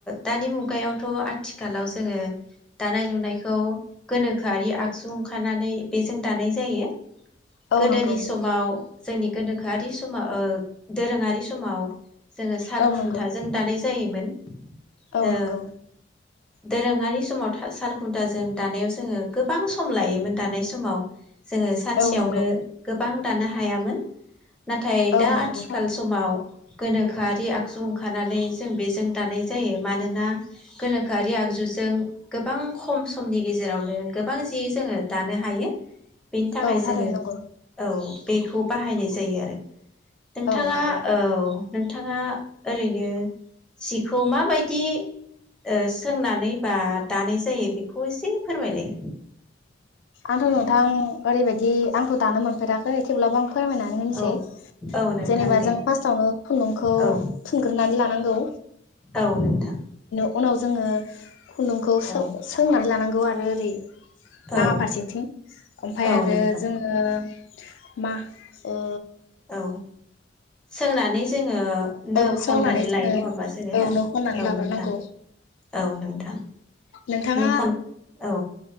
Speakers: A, in the centre; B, on the left.
A: दानि मुगायाव थ' आथिखालाव जोङो दानाय लुनायखौ गोनोखो खारि आगसुं खानानै बेजों दानाय जायो
B: औ
A: गोदोनि
B: नंगौ
A: समाव जोंनि गोनो खोआरि समाव ओ दोरोङारि समाव जों
B: औ
A: खुन्थाजों
B: नंगौ
A: दानाय जायो मोन
B: औ
A: ओ
B: नंगौ
A: दोरोङारि समाव था साल खुन्थाजों दानायाव जोङो गोबां सम लायोमोन दानाय समाव जोङो सानसेयावनो
B: औ नंगौ
A: गोबां दानो हायामोन नाथाय
B: औ
A: दा
B: नंगौ
A: आथिखाल
B: थारैनो
A: समाव गोनोखोआरि आ गजु ओंखारनानै जों बेजों दानाय जायो मानोना गोनोखोआरि आगजुजों गोबां खम समनि गेजेरावनो गोबां जि जोङो दानो हायो। बेनि थाखाय
B: औ थारैनो
A: जोङो
B: नंगौ
A: औ बेखौ बाहायनाय जायो आरो नोंथाङा
B: औ नंगौ
A: औ नों थांङा ओरैनो सिखौ माबायदि ओ सोंनानै बा दानाय जायो बे खौ एसे फोरमायलाय
B: आंथ' नोंथां ओरैबायदि आंथ' दानो मोनफेराखै थेवब्लाबो आं फोरमायनानै होनोसै
A: औ औ नोंथां
B: जेनेबा
A: दे
B: जों फार्स्टआवनो खुन्दुंखौ
A: औ
B: थुनग्रोनानै ला नांगौ
A: औ नोंथां
B: उनाव जोङो खुन्दुंखौ सों
A: औ
B: सोंनानै लानांग ओरै
A: औ
B: लामा फारसेथिं ओफाय
A: औ
B: आरो
A: नोंथां
B: जोङो मा ओ
A: औ सोंनानै जोङो नो
B: औ सोंनानै
A: खननानै
B: जोङो
A: लायो नङा होमबा जोङो
B: औ नो खननानै
A: औ
B: लाग्रोनांगौ
A: नोंथां औ नोंथां
B: नोंथाङा
A: नों खन औ